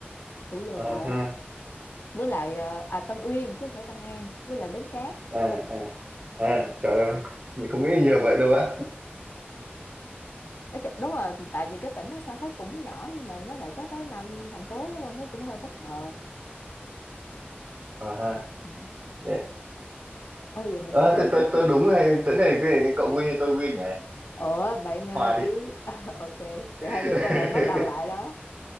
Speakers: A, on the left; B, on the right.
A: Thủ Dầu
B: À
A: Một
B: ha.
A: với lại ờ, à Tân Uyên chứ không phải Tân An với lại Bến Cát
B: À à à trời ơi. Mình không nghĩ nhiều vậy đâu á
A: nói chung đúng là tại vì cái tỉnh nó sao thấy cũng nhỏ nhưng mà nó lại có tới năm thành phố đúng không thấy cũng hơi bất ngờ
B: À ha.
A: ừ.
B: Thế-
A: ôi giờ mình
B: À,
A: được đối
B: thế tôi,
A: tiếp
B: tôi
A: nữa
B: đúng hay tôi thế cái, cái cậu win hay tôi win nhỉ?
A: ủa bạn ờ,
B: Hòa đi.
A: chỉ <laughs> ok vậy
B: <laughs>
A: thôi giờ cho bạn bắt đầu lại đó